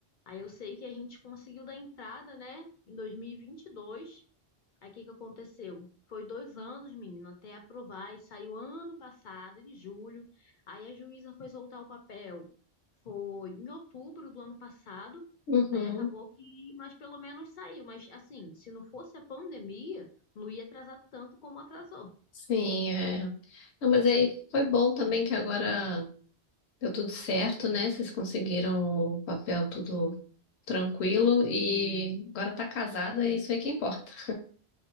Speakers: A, on the left (about 60°); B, on the left (about 85°).
A: Aí eu sei que a gente conseguiu dar entrada, né? Em 2022. Aí o que que aconteceu? Foi dois anos, menina, até aprovar. E saiu ano passado, em julho. Aí a juíza foi soltar o papel. Foi em outubro do ano passado.
B: Uhum,
A: Aí acabou que, mas pelo menos saiu. Mas assim, se não fosse a pandemia, não ia atrasar tanto como atrasou.
B: sim, é. Não, mas aí foi bom também que agora deu tudo certo, né? Vocês conseguiram o papel tudo tranquilo e
A: Sim.
B: agora tá casada e isso aí que importa.